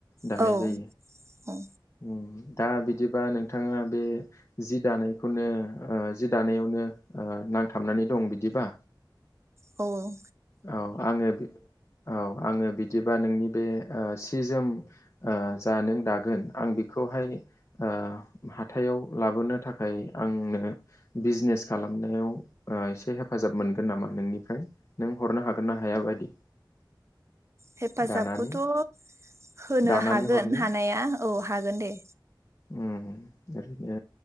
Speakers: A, on the left; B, on the right.
A: दानाय
B: औ
A: जायो।
B: औ
A: दा बिदिबा नोंथाङा बे जि दानायखौनो ओ जि दानायावनो ओ नांथाबनानै दं बिदिबा?
B: औ औ
A: औ आङो औ आङो बिदिबा नोंनि बे ओ सि जोम ओ जा नों दागोन आं बेखौहाय ओ हाथायाव लाबोनो थाखाय आंनो बिजनेस खालामनायाव ओ एसे हेफाजाब मोनगोन नामा नोंनिफ्राय? नों हरनो हागोन ना हाया बायदि?
B: हेफाजाबखौथ'
A: दानानै
B: होनो
A: दानानै
B: हागोन
A: हरनो
B: हानाया। औ हागोन दे।
A: उम ओरैनो